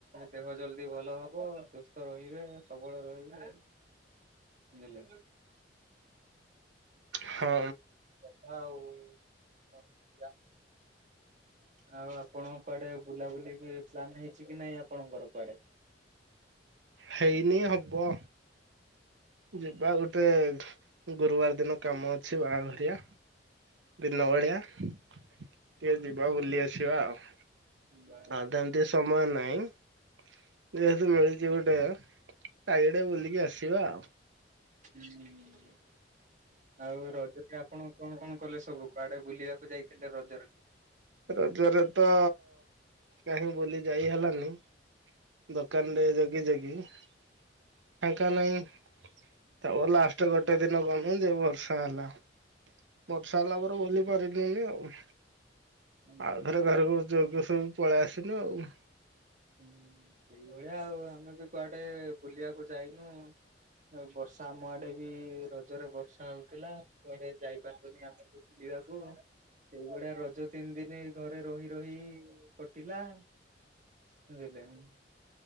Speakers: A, on the right; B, on the right.
A: ଦେହ ଜଲଦି ଭଲ ହବ ସୁସ୍ଥ ରହିବ <unintelligible> ରହିବ। <unintelligible>
B: ହଁ
A: କଥା ଆଉ କଣ ଯା। ଆଉ ଆପଣଙ୍କ କୁଆଡେ ବୁଲାବୁଲି <unintelligible> ପ୍ଲାନ୍ ହେଇଛି କି ନାଇଁ ଆପଣଙ୍କର କୁଆଡେ?
B: ହେଇନି ହବ। ଯିବା ଗୋଟେ ଗୁରୁବାର ଦିନ କାମ ଅଛି ବାହାଘରିଆ। ଦିନ ଭଳିଆ ଟିକେ ଯିବା ବୁଲି ଆସିବା ଆଉ।
A: ହୁଁ
B: ଆଉ ତ ଏମିତି ସମୟ ନାଇଁ। ଯେହେତୁ ମିଳିଚି ଗୋଟେ ଚାରିଆଡ଼େ ବୁଲିକି ଆସିବା ଆଉ।
A: ହୁଁ। ଆଉ ରଜରେ ଆପଣ କଣକଣ କଲେ ସବୁ କୁଆଡେ ବୁଲିବାକୁ ଯାଇଥିଲେ ରଜରେ?
B: ରଜରେ ତ କାହିଁ ବୁଲି ଯାଇ ହେଲାନି। ଦୋକାନରେ ଜଗିଜଗି ଫାଙ୍କା ନାହିଁ। ତା ପରେ ଲାଷ୍ଟ୍ ଗୋଟେ ଦିନ ଗନୁ ଯେ ବର୍ଷା ହେଲା। ବର୍ଷା ହେଲା ପରେ ବୁଲି ପାରିଲିନି ଆଉ।
A: ହୁଁ
B: ଆଉଥରେ ଘରକୁ <unintelligible> ସବୁ ପଳେଇ ଆସିନୁ ଆଉ।
A: ହୁଁ ସେଇଭଳିଆ ଆଉ ଆମେ ବି କୁଆଡେ ବୁଲିବାକୁ ଯାଇନୁ। ଆଉ ବର୍ଷା ଆମ ଆଡେ ବି ରଜରେ ବର୍ଷା ହଉଥିଲା କୁଆଡେ ଯାଇପାରିଲୁନି ଆମେ ବି। ବୁଲିବାକୁ ସେଇଭଳିଆ ରଜ ତିନି ଦିନି ଘରେ ରହିରହି କଟିଲା। <unintelligible>